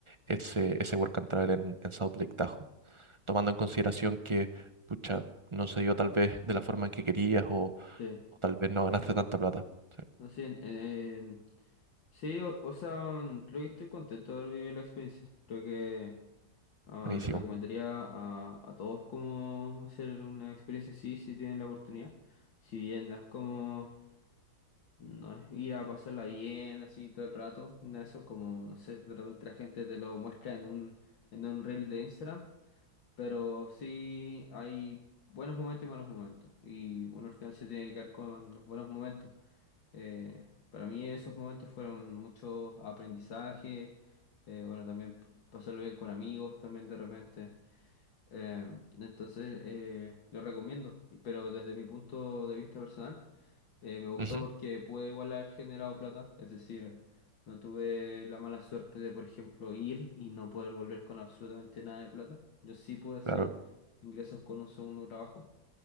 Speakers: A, on the right; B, on the left.
A: ese, ese work and travel en, en South Lake Tahoe? tomando en consideración que, pucha, no se dio tal vez de la forma en que querías o,
B: Sí,
A: o tal vez no
B: sí,
A: ganaste
B: sí.
A: tanta plata. Sí,
B: No, sí, en- eh, sí, o, o sea, mm, creo que estoy contento de haber vivido la experiencia. Creo que ah,
A: buenísimo.
B: le recomendaría a, a todos cómo hacer una experiencia así si tienen la oportunidad. Si bien no es como No es ir a pasarla bien así todo el rato, no eso como, no sé, de repente la gente te lo muestra en un, en un reel de Instagram, pero sí hay buenos momentos y malos momentos, y uno al final se tiene que quedar con los buenos momentos. Eh, para mí esos momentos fueron mucho aprendizaje, eh, bueno, también pasarlo bien con amigos también de repente. Eh, entonces, eh, lo recomiendo, pero desde mi punto de vista personal, eh, me gustó
A: Ujú,
B: porque pude igual haber generado plata, es decir, no tuve la mala suerte de, por ejemplo, ir y no poder volver con absolutamente nada de plata. Yo sí pude hacer
A: claro.
B: ingresos con un segundo trabajo,